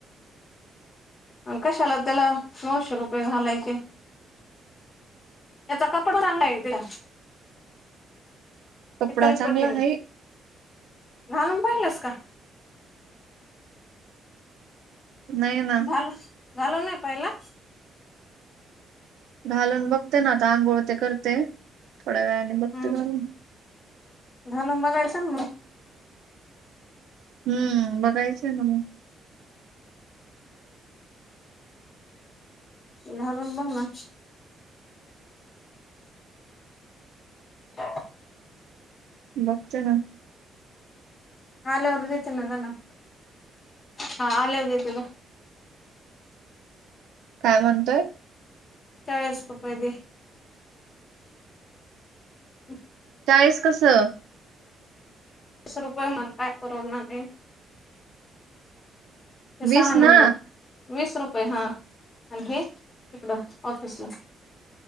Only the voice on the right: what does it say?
कपडा
चांगला
आहे
नाही ना
घालून बघते ना तर आंघोळ ते करते थोड्या वेळाने बघते
घालून.
हम्म बघायचंय ना मग.
बघत ना.
काय म्हणतोय.
चाळीस कसं.
वीस
ना